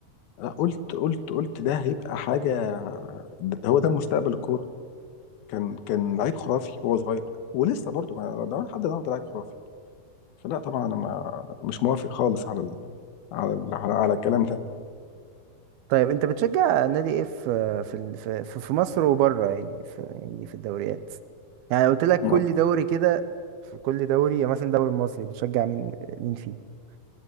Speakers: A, on the left; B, on the right.
A: أنا قلت قلت قلت ده هيبقى حاجه ده هو ده مستقبل الكوره كان كان لعيب خرافي وهو صغير ولسه برضه ما ده لحد النهارده لعيب خرافي فلا طبعا انا ما مش موافق خالص على ال... على ال... على, على الكلام ده
B: طيب انت بتشجع نادي ايه في في ال- في في في مصر وبره يعني في يعني في الدوريات يعني قلت لك
A: ما-
B: كل دوري كده في كل دوري يعني مثلا الدوري المصري بتشجع مين مين فيه